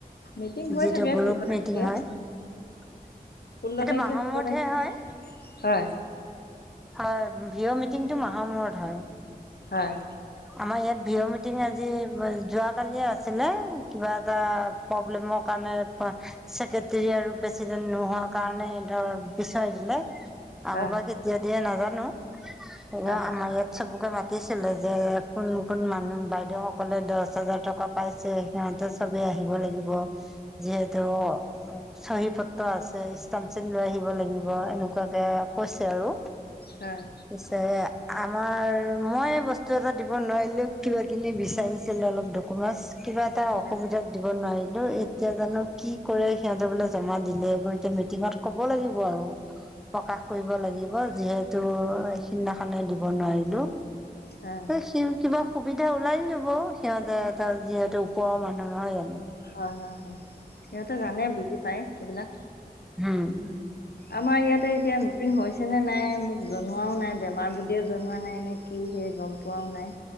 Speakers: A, on the left; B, in the centre.
A: মিটিং হৈ
B: যিটো
A: থাকে
B: গ্ৰুপ
A: ষোল্ল তাৰিখে
B: মিটিং হয়, সেইটো
A: ষোল্ল তাৰিখে
B: মাহৰ
A: ষোল্ল
B: মূৰতহে
A: তাৰিখে
B: হয়।
A: হয়।
B: হয় ভিঅ' মিটিংটো মাহৰ মূৰত হয়।
A: হয়।
B: আমাৰ ইয়াত ভিঅ' মিটিং আজি, যোৱা কালিয়ে আছিলে কিবা এটা প্ৰব্লেমৰ কাৰণে পা ছেক্ৰেটৰী আৰু প্ৰেচিডেন্ট নোহোৱাৰ কাৰণে ধৰ পিছোৱাই দিলে। আকৌ
A: হয়
B: বা কেতিয়া দিয়ে নাজানো। স
A: হয়
B: আমাৰ ইয়াত চবকে মাতিছিলে যে কোন কোন মানুহ বাইদেউ সকলে দছ হাজাৰ টকা পাইছে সিহঁতে সবে আহিব লাগিব। যিহেতু চহী পত্ৰ আছে ষ্টাম ছীল লৈ আহিব লাগিব, এনেকুৱাকে কৈছে আৰু।
A: হয়।
B: যে আমাৰ মই বস্তু এটাত দিব নোৱাৰিলেও কিবা কিনি বিচাৰিছিল
A: হয়
B: অলপ ডকমেন্টচ, কিবা এটা অসুবিধাত
A: হয়
B: দিব নোৱাৰিলো, এতিয়া জানো কি কৰে সিহঁতে বোলে জমা দিলে গৈ এতিয়া মিটিঙত ক'ব লাগিব আৰু, প্ৰকাশ কৰিব লাগি ব যিহেতু এই সিদিনাখনে দিব নোৱাৰিলো।
A: হয়।
B: ছিল কিবা সুবিধা ওলাই যাব, সিহঁতে ধৰ যিহেতু ওপৰৰ মানুহ নহয় জানো?
A: হয় হয় হয় সিহঁতে জানে বুজি পায় এইবিলাক।
B: হম।
A: আমাৰ ইয়াতে এতিয়া মি হৈছে নে নাই মোক জনোৱাও নাই, বেমাৰ বুলিয়ে জনোৱা নাই নেকি সেই গম পোৱাও নাই।